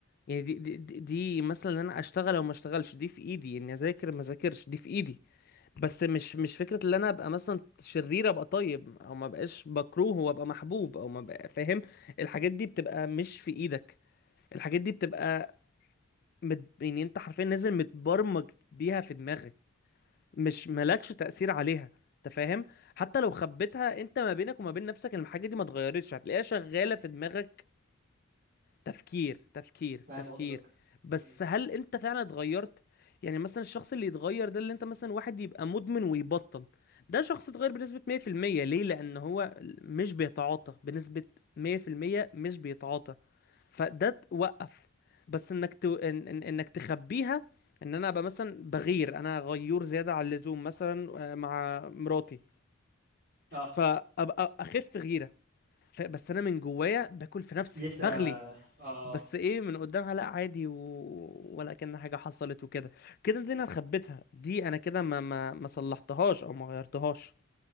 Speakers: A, on the left (about 45°); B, on the right (about 50°).
A: يعني دي دي دي, دي مثلا ان انا اشتغل او ما اشتغلش دي في ايدي اني اذاكر ما اذاكرش دي في ايدي بس مش مش فكره ان انا ابقى مثلا شرير ابقى طيب او ما بقاش بكروه وابقى محبوب او ما بقى فاهم الحاجات دي بتبقى مش في ايدك الحاجات دي بتبقى مت... يعني انت حرفيا نازل متبرمج بيها في دماغك مش مالكش تأثير عليها انت فاهم حتى لو خبيتها انت ما بينك وما بين نفسك الحاجه دي ما اتغيرتش هتلاقيها شغاله في دماغك تفكير تفكير
B: فاهم
A: تفكير
B: قصدك
A: بس
B: مم.
A: هل انت فعلا اتغيرت يعني مثلا الشخص اللي يتغير ده اللي انت مثلا واحد يبقى مدمن ويبطل ده شخص اتغير بنسبة 100% ليه لان هو مش بيتعاطى بنسبة 100% مش بيتعاطى فده توقف بس انك ت... إن... إن... انك تخبيها ان انا ابقى مثلا بغير انا غيور زيادة عن اللزوم مثلا آه، مع مراتي
B: اه
A: فابقى اخف غيرة ف... بس انا من جوايا باكل في نفسي
B: لسه
A: بغلي
B: اه
A: بس ايه من قدامها لا عادي و... ولا كأن حاجه حصلت وكده كده دي انا خبيتها دي انا كده ما ما ما صلحتهاش او ما غيرتهاش